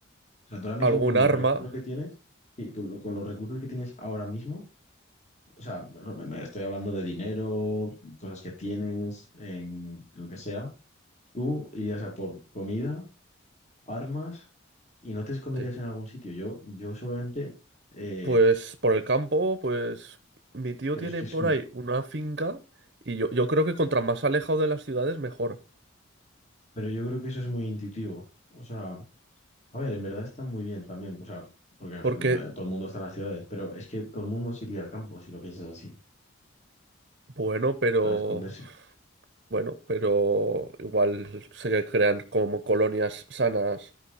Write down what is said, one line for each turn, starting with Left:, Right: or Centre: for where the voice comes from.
Left: O sea, tú ahora mismo
Right: algún
Left: con
Right: arma.
Left: los recursos que tienes, sí, tú lo- con los recursos que tienes ahora mismo, o sea, bueno, me- me estoy hablando de dinero, cosas que tienes, en lo que sea, tú irías a por comida, armas y no te esconderías
Right: Sí.
Left: en algún sitio. Yo, yo seguramente, eh,
Right: Pues por el campo, pues mi tío
Left: pero
Right: tiene
Left: es que es...
Right: por ahí una finca y yo, yo creo que contra más alejado de las ciudades mejor.
Left: Pero yo creo que eso es muy intuitivo. O sea, a ver, en verdad está muy bien también. O sea, porque o
Right: Porque,
Left: sea, no- todo el mundo está en las ciudades, pero es que todo el mundo se iría al campo, si lo piensas así,
Right: bueno, pero
Left: para esconderse.
Right: Bueno, pero igual se crean como colonias sanas